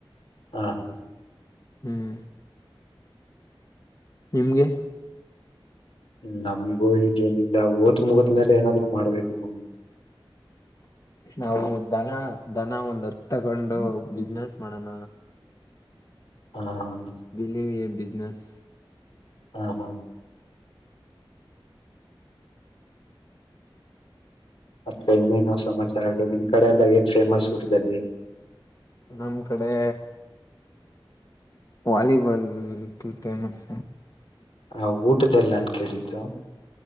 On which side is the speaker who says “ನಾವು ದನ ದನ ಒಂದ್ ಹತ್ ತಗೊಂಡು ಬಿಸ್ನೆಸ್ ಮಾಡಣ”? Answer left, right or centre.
Left